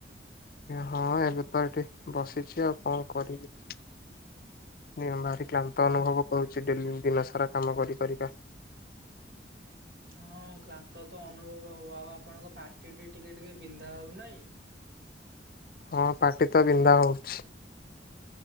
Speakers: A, on the left; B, on the right.
A: ହଁ ଏବେତ ଏଠି ବସିଛି ଆଉ କଣ କରିବି? ଦେହ ଭାରି କ୍ଳାନ୍ତ
B: ହଁ
A: ଅନୁଭବ କରୁଛି ଡେଲି ଦିନସାରା କାମ କରି କରିକା।
B: ହଁ କ୍ଲାନ୍ତତ ଅନୁଭବ ହବ ଆଉ ଆପଣଙ୍କ ପାଟିଟି ଟିକେ ଟିକେ ବିନ୍ଧା ହଉନାହିଁ।
A: ହଁ ପାଟିତ ବିନ୍ଧା ହଉଛି।